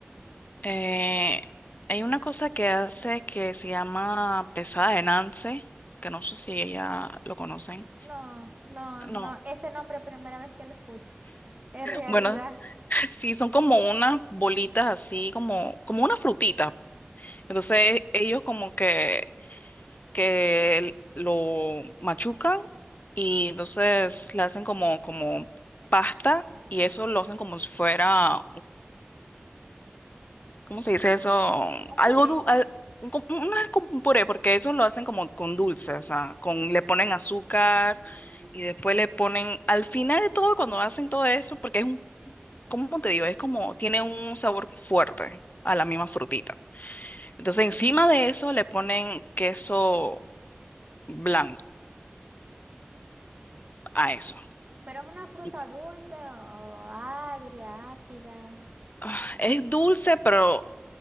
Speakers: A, on the left; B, on the right.
A: Eh, hay una cosa que hace que se llama pesada de Nance, que no sé si ella lo conocen.
B: No, no,
A: No.
B: no, ese nombre primera vez que lo escucho. En realidad,
A: Bueno, <laughs> sí, son como unas bolitas así, como, como una frutita. Entonces
B: Ujú.
A: ellos como que, que lo machucan y entonces le hacen como, como pasta y eso lo hacen como si fuera ¿Cómo se dice eso?
B: un
A: Algo
B: puré.
A: dul- al- un co- no es como un puré, porque eso lo hacen como con dulce, o sea, con, le ponen azúcar
B: Mm.
A: y después le ponen, al final de todo, cuando hacen todo eso, porque es un, ¿cómo te digo? Es como, tiene un sabor fuerte a la misma frutita. Entonces, encima de eso le ponen queso blanco a eso.
B: Pero es una fruta
A: Y,
B: dulce o agria, ácida.
A: ah, Es dulce, pero